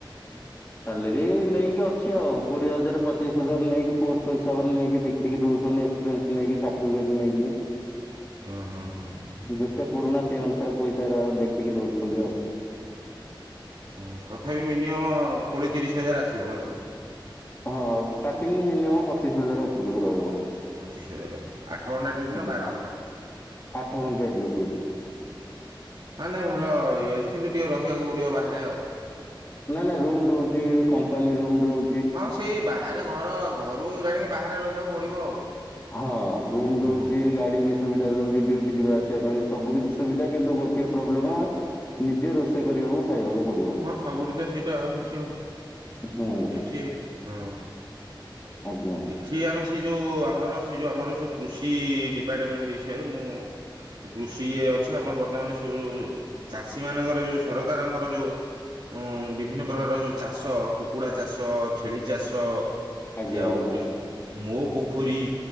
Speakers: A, on the left; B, on the right.
A: ସାଲେରୀ ନେଇକି ଅଛି ଆଉ କୋଡିଏ ହଜାର ପଚିଶ ହଜାର ନେଇକି ପୋଷ୍ଟ ହିସାବରେ ନେଇକି ଦେଖିକି ଦଉଛି। ଛନ୍ତି ଏକ୍ସପିରିଏନ୍ସ ନେଇକି ସାର୍ଟିଫିକେଟ ନେଇକି
B: ହୁଁ ହୁଁ ହୁଁ ହୁଁ।
A: ଯେତେ ପୁରୁଣା ସେଇ ଅନୁସାରେ ପଇସା ଟା ଦେଖିକି ଦଉଛନ୍ତି ଆଉ
B: ହୁଁ ତଥାପି ମିନିମମ କୋଡିଏ ତିରିଶ ହଜାର ଆସିବ ମାସକୁ
A: ହଁ ଷ୍ଟାର୍ଟିଂ ମିନିମମ୍ ପଚିଶି ହଜାର ଉପରକୁ ରହିବ
B: ପଚିଶ ହଜାର ଆଠ ଘଣ୍ଟା ଡ୍ୟୁଟି
A: ଆଜ୍ଞା
B: ନା ବାର ଘଣ୍ଟା
A: ଆଠ ଘଣ୍ଟିଆ ଡ୍ୟୁଟି।
B: ନା ନାଇଁ ଭଲ ଇଏ ଅଛି କିନ୍ତୁ ଟିକେ ରହିବାକୁ ପଡିବ ବାହାରେ ଆଉ
A: ନା ନା ରୁମ ଦଉଛି କମ୍ପାନୀ ରୁମ ଦଉ
B: ହଁ ସେଇ ବାହାରେ ଘର ଘରୁ ଜାଣିକି ବାହାରେ ରହିବାକୁ ପଡିବ ଆଉ।
A: ହଁ ରୁମ ଦଉଛି
B: ହଁ।
A: ଗାଡି ବି ସୁବିଧା ଦଉଛି ଡ୍ୟୁଟି ଯିବା ଆସିବା ପାଇଁ ସବୁ କିଛି ସୁବିଧା କିନ୍ତୁ ଗୋଟଏ ପ୍ରୋବ୍ଲେମ ନିଜେ ରୋଷେଇ କରିବାକୁ ଖାଇବାକୁ ପଡିବ
B: ହଁ ସବୁଠି ତ ସେଇଟା ହଉଛି ଆଉ
A: ହୁଁ
B: ଏଠି ହଁ
A: ଆଜ୍ଞା
B: ଏଠି ଆମେ ସେ ଯେଉଁ ଆମର ସେ ଯେଉଁ ଆମର ଯେଉଁ କୃଷି ଡିପାର୍ଟମେଣ୍ଟ ବିଷୟରେ ମୁଁ ସେ କୃଷି ଇଏ ଅଛି ଆମର ବର୍ତ୍ତମାନ ସବୁ ଚାଷୀ ମାନଙ୍କର ଯୋଉ ସରକାରଙ୍କର ଯୋଉ ଉଁ ବିଭିନ୍ନ ପ୍ରକାର ଯୋଉ ଚାଷ କୁକୁଡ଼ା ଚାଷ ଛେଳି ଚାଷ
A: ଆଜ୍ଞା
B: ସେ ଆଉ
A: ଆଜ୍ଞା
B: ଗୋଟେ ମୋ ପୋଖରୀ